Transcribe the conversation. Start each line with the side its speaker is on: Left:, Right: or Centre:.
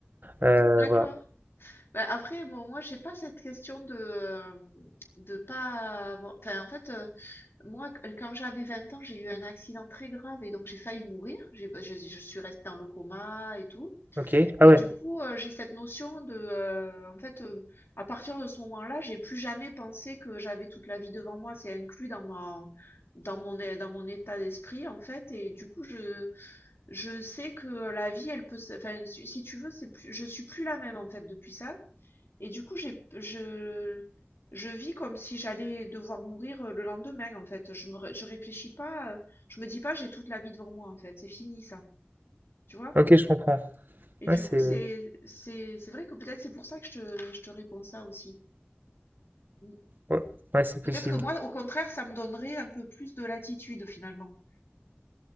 Right: Euh,
Left: D'accord.
Right: voilà.
Left: Bah, après, bon, moi, j'ai pas cette question de euh, de pas avoir. Enfin, en fait, euh, moi, qu- euh, quand j'avais 20 ans, j'ai eu un accident très grave et donc j'ai failli mourir. J'ai, bah, je, je suis restée dans le coma et tout.
Right: Ok. Ah
Left: Et
Right: ouais.
Left: du coup, euh, j'ai cette notion de, euh, en fait, euh, à partir de ce moment-là, j'ai plus jamais pensé que j'avais toute la vie devant moi. C'est inclus dans ma dans mon é- dans mon état d'esprit en fait. Et du coup, je je sais que la vie, elle peut, se- enfin, si si tu veux, c'est plus, je suis plus la même en fait depuis ça. Et du coup, j'ai, je, je vis comme si j'allais devoir mourir euh, le lendemain en fait. Je me, ré- je réfléchis pas, euh, je me dis pas, j'ai toute la vie devant moi en fait. C'est fini ça, tu vois?
Right: Ok, je comprends.
Left: Et du
Right: Ouais, c'est
Left: coup, c'est, c'est, c'est vrai que peut-être c'est pour ça que je te, je te réponds ça aussi. Mm.
Right: ouais. Ouais, c'est
Left: Peut-être
Right: possible.
Left: que moi, au contraire, ça me donnerait un peu plus de latitude finalement,